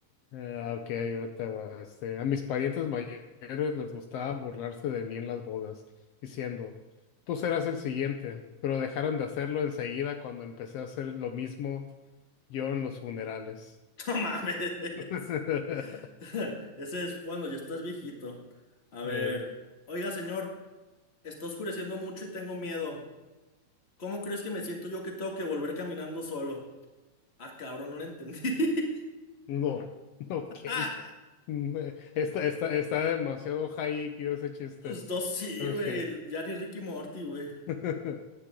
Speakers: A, on the left; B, on the left.
A: eh, ok, yo te va. Este, a mis parientes mayores les gustaba burlarse de mí en las bodas, diciendo, tú serás el siguiente, pero dejaron de hacerlo enseguida cuando empecé a hacer lo mismo yo en los funerales.
B: <laughs> ¡No mames!
A: <laughs>
B: <laughs> Ese es cuando ya estás viejito. A ver.
A: Ey.
B: Oiga, señor, está oscureciendo mucho y tengo miedo. ¿Cómo crees que me siento yo que tengo que volver caminando solo? Ah, cabrón, no lo entendí. <laughs>
A: No, <laughs> ok.
B: Ah,
A: Mm, eh, Está, está, está demasiado high que ese chiste.
B: pues no, sí,
A: Ok.
B: güey. Ya ni Ricky Morty, güey.
A: <laughs>